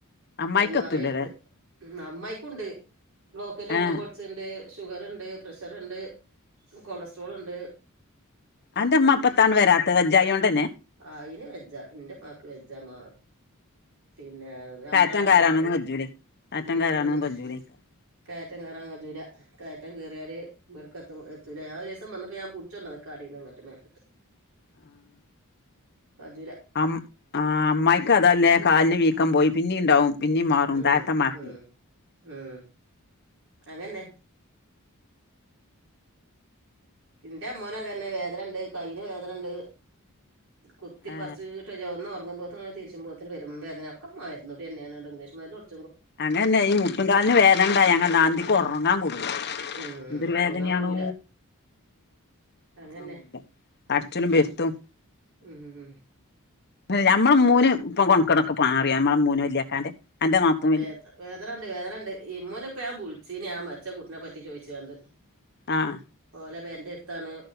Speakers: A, on the left (about 50°); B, on the right (about 65°).
A: അമ്മായിക്കെത്തൂലല്ലേ
B: എം ആർ ഐ ഇട്ത്ത് അമ്മായിക്കുണ്ട് ബ്ലോക്കിന്റെ
A: ഏഹ്
B: ഗുളിക ച്ച്ണ്ട് ഷുഗറ്ണ്ട് പ്രഷറ്ണ്ട് കൊളസ്ട്രോൾണ്ട്
A: അന്റെമ്മ അപ്പത്താണ് വരാത്തെ വെജ്ജായോണ്ടന്നെ
B: അയ്‌ന് വെജ്ജാ ന്റെ മ്മാക്ക് വെജ്ജാ മാ പിന്നെ നമ്മളാടടി
A: കയറ്റം കയറാനൊന്നും കജ്ജൂലേ കയറ്റം
B: ഉം
A: കയറാനൊന്നും കജ്ജൂലേക്കാരം
B: കേറ്റം കേറാൻ കജ്ജുല. കേറ്റം കേറിയാല് ബട്ക്ക് എത് എത്തൂല ഞാഒരീസം മന്നപ്പോ ഞാൻ പുടിചൊണ്ടന്ന്ക്ക അടീന്ന്ങ്ങട്ട് മേപ്പ
A: മ്മ്
B: കജ്ജുല
A: അം ആ അമ്മായിക്ക് അതല്ലേ കാലിന് വീക്കംപോയി പിന്നീണ്ടാവും പിന്നീമാറും
B: ഉം
A: താത്തമ്മാക്കെ
B: ഉം ഉം അങ്ങന്നെ ഇന്റെ അമ്മോനു അതന്നെ, വേദനണ്ട് കയ്യിന് വേദനണ്ട്. കുത്തിപ്പർച്ചീട്ട്
A: ഏ
B: വജ്ജ ഒന്ന് ഒർങ്ങുമ്പോ തല തിരിച്ചുമ്പോത്തിന് പെരുമ്പേദന ഒക്ക മരുന്നുടിന്നേണ് ന്നട്ട് ഇഗ്ലീഷ് മരുന്നൊട്
A: അങ്ങന്നെ ഈ മുട്ടുംകാൽന് വേദനണ്ടായ അങ്ങന്ന അന്തിക്ക് ഒറങ്ങാക്കൂടുല
B: ഉം
A: എന്തൊരു വേദനയാണോ.
B: ഒറങ്ങാൻ കൂടൂല അങ്ങന്നെ
A: ഒർങ്ങാൻ കൂടെ അട്ചലും വെര്ത്തും
B: ഉം
A: ഞമ്മള മോന് ഇപ്പൊ കൊണക്കേടൊക്കെ പാറി. ഞമ്മളെ മോന് വല്യാക്കാന്റെ, അന്റെ നാത്തു വല്
B: വേദ വേദനണ്ട് വേദനണ്ട്. ഇമ്മൂനെ ഇപ്പ ഞാൻ ബിളിച്ചീനി ആ മരിച്ച കുട്ടീനെപ്പറ്റി ചോദിച്ച്ങ്ങാണ്ട്.
A: ആഹ്
B: ഓലെ പെരന്റെട്ത്താണ്